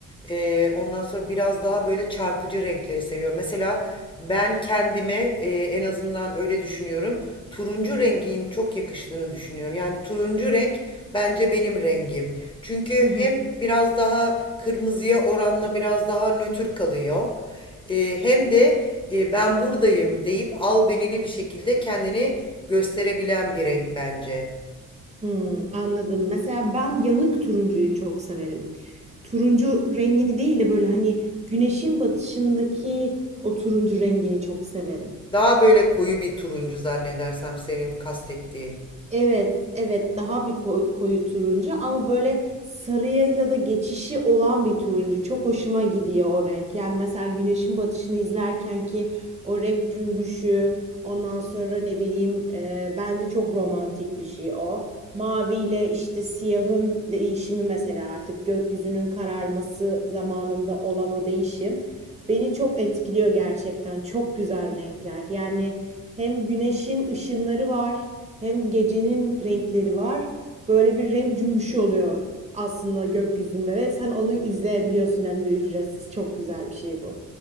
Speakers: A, on the left; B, on the right.
A: e, ondan sonra biraz daha böyle çarpıcı renkleri seviyorum. Mesela ben kendime e, en azından öyle düşünüyorum. Turuncu rengin çok yakıştığını düşünüyorum. Yani turuncu renk bence benim rengim. Çünkü
B: Hı hı.
A: hem biraz daha kırmızıya oranla biraz daha nötr kalıyor. E, hem de e, ben buradayım deyip albenili bir şekilde kendini gösterebilen bir renk bence.
B: Hımm, anladım. Mesela ben yanık turuncuyu çok severim. Turuncu rengini değil de böyle, hani, güneşin batışındaki o turuncu rengini çok severim.
A: Daha böyle koyu bir turuncu zannedersem senin kastettiğin.
B: Evet, evet, daha bir ko koyu turuncu ama böyle sarıyla da geçişi olan bir turuncu. Çok hoşuma gidiyor o renk. Yani mesela güneşin batışını izlerken ki o renk cümbüşü, ondan sonra ne bileyim, eee, bence çok romantik bir şey o. Maviyle işte siyahın değişimi mesela artık gökyüzünün kararması zamanında olan o değişim beni çok etkiliyor gerçekten. Çok güzel renkler. Yani hem güneşin ışınları var, hem gecenin renkleri var. Böyle bir renk cümbüşü oluyor aslında gökyüzünde ve sen onu izleyebiliyorsun hem de ücretsiz. Çok güzel bir şey bu.